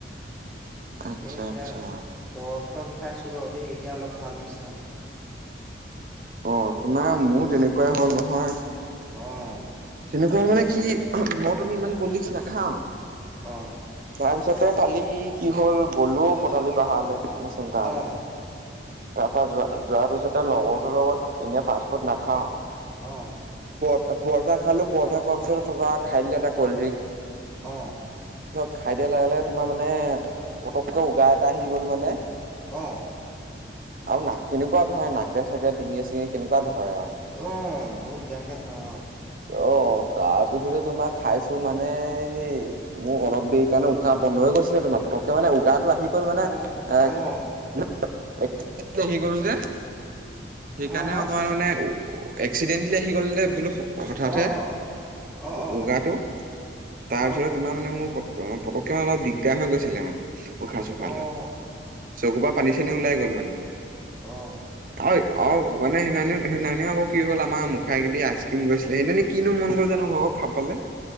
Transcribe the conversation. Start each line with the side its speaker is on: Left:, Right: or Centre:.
Centre: তাকে
Right: আচ্ছা
Centre: এতিয়া,
Right: আচ্ছা
Centre: দৰব চৰব খাইছো। হবাউ দেই, এতিয়া অলপ ভাল হৈছে আৰু।
Right: অ', তোমাৰ, মোৰ তেনেকুৱাই হ'ল নহয়।
Centre: অ'।
Right: এনেকুৱা মানে কি মই তুমি ইমান কলডিক্স নাখাওঁ।
Centre: অ',
Right: তাৰি ছতে কালি কি হ'ল, গ'লো পথালি পাহাৰলৈ। মানে চিন্তা হ'লে।
Centre: অ'। অ',
Right: তাৰ পৰা যোৱা, যোৱাৰ পিছতে লগৰ তোৰ লগত, এনে ফাষ্টফুড নাখাওঁ।
Centre: অ'।
Right: কোৱঠা খালোঁ, পৰঠা খোৱাৰ পিছত এতুবা খাই দিলোঁ এটা কল্ডড্ৰিংক। ত',
Centre: অ',
Right: খাই দিয়া লগে লগে তোমাৰ মানে, পতককে উগাৰ এটা আহি গ'ল মানে
Centre: অ'।
Right: আৰু নাক, কেনেকুৱা ধৰে নাকে থাকে, ডিঙি চিঙিএ কেনেকুৱা ধৰে আৰু।
Centre: অ', বহুত বেয়াকে ধৰে অ'।
Right: অ', তাৰপিছতে তোমাক খাইছোঁ মানে সেই মোৰ অলপ দেৰি কাৰণে উশা বন্ধ হৈ গৈছিলে তোমাৰ। পতককে মানে উগাৰটো আহি গ'ল মানে,
Centre: অ',
Right: এ
Centre: অ',
Right: <unintelligible> আহি গ'ল যে সেইকাৰণে
Centre: হা হা
Right: অকমান মানে এক্সিডেণ্টলি আহি গ'ল নে বোলোসো হঠাতে
Centre: অ', অ', অ'। অ', অ',
Right: উগাৰটো,
Centre: অ',
Right: তাৰপিছতে
Centre: অ',
Right: তোমাৰ মানে মোৰ প অ, পতককে মানে অলপ দিগদাৰ হৈ গৈছিলে মানে। উশাহ-চুশাহ
Centre: অ',
Right: লোৱা। চকু পৰা
Centre: তাকেহে
Right: পানী-চানী ওলাই গ'ল মানে।
Centre: অ'।
Right: অই আও মানে সিনানী সিনানীয় আকৌ কি হ'ল আমাৰ মুখাগেদি আইচক্ৰীম গৈছিলে। সেইদিনানি কিনো মন গ'ল জানো মোৰ ভাগৰ খাবলে